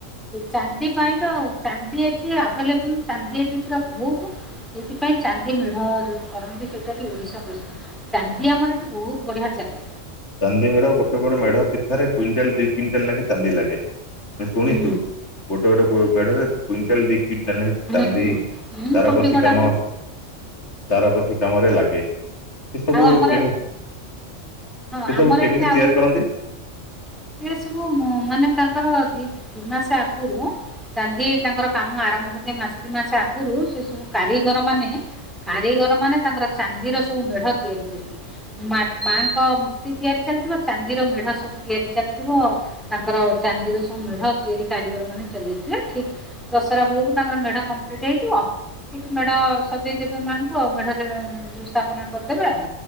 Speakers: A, in the centre; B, on the left.
A: ଚାନ୍ଦି ପାଇଁ ତ ଚାନ୍ଦି ଏଠି ଆଭେଲେବୁଲ ଚାନ୍ଦି ଏଠି ପୁରା ବହୁତ ସେଇଥିପାଇଁ ଚାନ୍ଦି ମିଢ କରନ୍ତି ସେଇଟା କି ଓଡିଶା ପ୍ରସିଦ୍ଧ ଚାନ୍ଦି ଆମର ଏଠି ବହୁତ ବଢିଆ ଚାନ୍ଦି
B: ଚାନ୍ଦି ମେଢ ଗୋଟେ ଗୋଟ ମେଢ ପିଠାରେ କୁଇଣ୍ଟାଲ ଦି କୁଇଣ୍ଟାଲ ଲାଗେ ଚାନ୍ଦି ଲାଗେ ଆମେ ଶୁଣିଛୁ
A: ହୁଁ
B: ଗୋଟେ ଗୋଟେ ମେଢରେ କୁଇଣ୍ଟାଲ ଦି କୁଇଣ୍ଟାଲ
A: ହୁଁ
B: କାନ୍ଦି
A: ହୁଁ। ହୁଁ
B: ତାର
A: କୋଟି
B: କଛି
A: କଟା
B: କାମ ତାରକସି କାମରେ ଲାଗେ ସେ ସବୁ
A: ଆଉ ଆମର
B: କେମି
A: ହଁ
B: ସେ ସବୁ
A: ଆମର
B: କେମିତି
A: ଏଠି ଆଉ
B: ତିଆରି କରନ୍ତି?
A: ସେ ସବୁ ମାନେ ତାଙ୍କର ଦି ଦି ମାସ ଆଗୁରୁ ଚାନ୍ଦି ତାଙ୍କର କାମ ଆରମ୍ଭ କରିିକ ମାସେ ଦୁଇ ମାସ ଆଗରୁ ସେ ସବୁ କାରିଗର ମାନେ କାରିଗର ମାନେ ତାଙ୍କର ଚାନ୍ଦିର ସବୁ ମେଢ ତିଆରି କରିବେ। ମାଆଙ୍କ ମୂର୍ତ୍ତି ତିଆରି ଚାଲିଥିବ, ଚାନ୍ଦିର ମେଢା ସବୁ ତିଆରି ଚାଲିଥିବ। ତାଙ୍କର ଚାନ୍ଦିରୁ ସବୁ ମେଢ ତିଆରି କାରିଗର ମାନେ ଚଲେଇଥିବେ ଠିକ। ଦଶହରା ବେଳକୁ ତାଙ୍କର ମେଢ କମ୍ପ୍ଲିଟ୍ ହେଇଯିବ। ଠିକ ମେଢ ସଜେଇଦବେ ମାଆଙ୍କୁ ଆଉ ମେଢରେ ଯୋଉ ସ୍ଥାପନା କରିଦେବେ ଆଉ